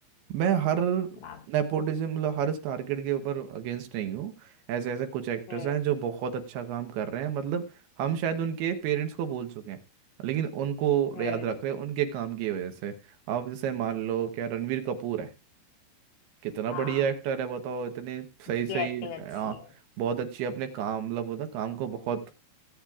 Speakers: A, on the right (about 75°); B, on the left (about 80°).
A: मैं हर
B: बाप
A: नेपोटिज्म मतलब हर स्टार किड के ऊपर अगेंस्ट नहीं हूँ ऐसे ऐसे कुछ एक्टर्स
B: हम्म
A: हैं जो बहुत अच्छा काम कर रहे हैं मतलब हम शायद उनके पेरेंट्स को बोल चुके हैं लेकिन उनको
B: हम्म
A: याद रख रहे हैं उनके काम की वजह से आप जैसे मान लो क्या रणवीर कपूर है कितना
B: हाँ
A: बढ़िया एक्टर है बताओ इतने सही
B: उसकी
A: सही
B: एक्टिंग अच्छी
A: आ,
B: है
A: बहुत अच्छी अपने काम मतलब होता काम को बहुत